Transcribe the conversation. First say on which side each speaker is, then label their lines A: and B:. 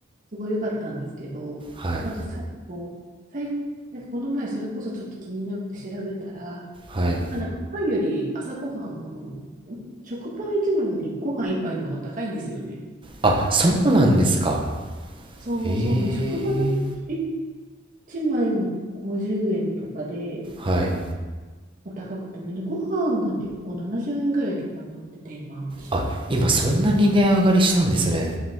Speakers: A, on the right (about 40°); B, on the right (about 25°).
A: すごい良かったんですけど、
B: はい
A: なんかさ、こう、最、でこの前それこそちょっと気になって調べたら、
B: はい
A: 今なんかパンより朝ごはん、あの、食パン1枚よりご飯1杯の方が高いんですよね。
B: あそうなんですか
A: そうそうなの。
B: ええ
A: 食パン1枚も50円とかで、
B: ーはい
A: 高くても、で、ご飯が結構70円ぐらいとかになってて、今。
B: あ今そんなに値上がりしたんですね